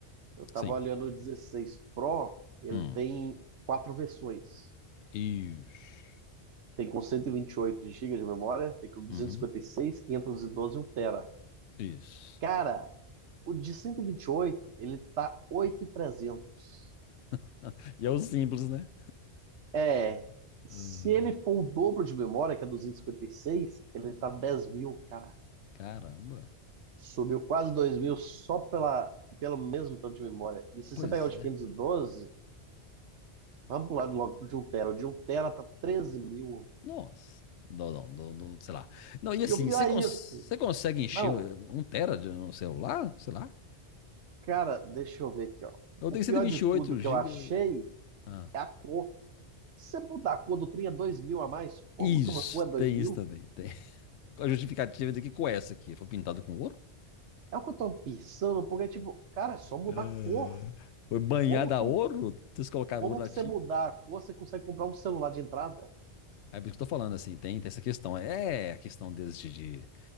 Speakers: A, on the right (about 85°); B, on the left (about 80°).
A: Eu tava
B: sim.
A: olhando o 16 Pro, ele
B: Hum,
A: tem quatro versões.
B: isso.
A: Tem com cento e e vinte e oito gigas de memória, tem com duzentos
B: Uhum,
A: e cinquenta e seis, quinhentos e doze e um tera.
B: isso.
A: Cara, o de cento e e vinte e oito, ele tá 8.300.
B: <laughs> E é o simples, né?
A: É, se
B: Ah,
A: ele for o dobro de memória, que é duzentos e e cinquenta e seis, ele tá 10 mil, cara.
B: Caramba.
A: Subiu quase 2 mil só pela, pelo mesmo tanto de memória. E se
B: Pois
A: você pegar o de
B: é.
A: 512, vamos pular logo pro de um tera. O de um tera tá 13 mil.
B: Nossa. Não, não, não, não, sei lá. Não, e
A: E
B: assim,
A: o pior
B: você
A: é
B: cons-
A: isso.
B: você consegue encher
A: Não,
B: um tera de um celular? Sei lá.
A: cara, deixa eu ver aqui, ó.
B: Eu
A: O
B: tenho
A: pior
B: 128
A: de tudo que
B: gigas.
A: eu achei
B: Ah.
A: é a cor. Se você mudar a cor do trem é 2 mil a mais, como
B: Isso,
A: que uma cor é 2
B: tem
A: mil?
B: isso também, tem. A justificativa daqui com essa aqui. Foi pintado com ouro?
A: É o que eu tô pensando, porque, tipo, cara, é só mudar
B: É,
A: a cor.
B: Foi banhada
A: Como que
B: a ouro?
A: um-
B: Vocês colocaram
A: Como
B: ouro na
A: que você
B: ti?
A: mudar a cor, você consegue comprar um celular de entrada?
B: É por isso que eu tô falando, assim, tem, tem essa questão. É a questão deles de, de-